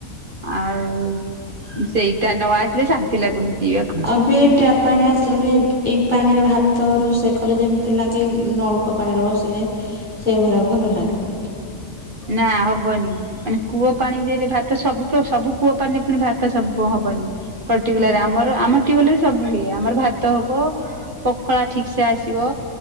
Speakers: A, on the right; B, in the centre.
A: ଆଉ। ସେଇଟା ନ ଆସିଲେ ଶାନ୍ତି ଲାଗୁନି। ପିଇବାକୁ
B: ଆବେ ଏ ଟପ୍। ପାଣି ଆସିଲାରୁ ଏଇ ପାଣିର ହାତ ରୋଷେଇ କଲେ ଯେମିତି ଲାଗି ନଳକା ପାଣିରେ ବସିଲେ। ସେଇ ଭଡା ଭଲ ଲାଗେନି।
A: ନା ହବନି। ମାନେ କୂଅ ପାଣି ଯେ ଭାତ ସବୁ ସବୁ କୂଅ ପାଣିରେ ପୁଣି ଭାତ ସବୁ ହବନି। ପର୍ଟିକୁଲାର
B: ହୁଁ।
A: ଆମର ଆମ। ସବୁ ହୁଏ ଆମର ଭାତ ହବ ପଖଳା ଠିକ ସେ ଆସିବ।